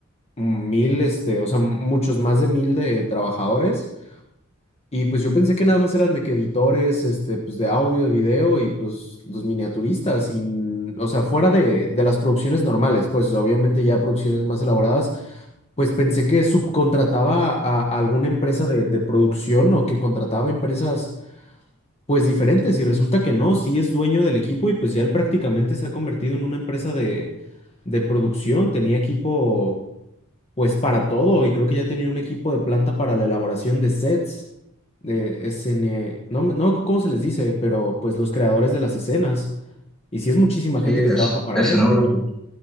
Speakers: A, on the left; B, in the centre.
A: mil, este, o sea, muchos más de mil de trabajadores. Y pues yo pensé que nada más eran de que editores, este, pues de audio, de video y pues los miniaturistas, y, n- o sea, fuera de, de las producciones normales, pues obviamente ya producciones más elaboradas, pues pensé que subcontrataba a, a alguna empresa de, de producción o que contrataba empresas pues diferentes y resulta que no, sí es dueño del equipo y pues ya él prácticamente se ha convertido en una empresa de, de producción, tenía equipo pues para todo, y creo que ya tenía un equipo de planta para la elaboración de sets, de escene, no, me- no me acuerdo cómo se les dice, pero pues los creadores de las escenas, y sí es muchísima gente
B: Sí, es
A: que trabaja para
B: escenógrafo.
A: él.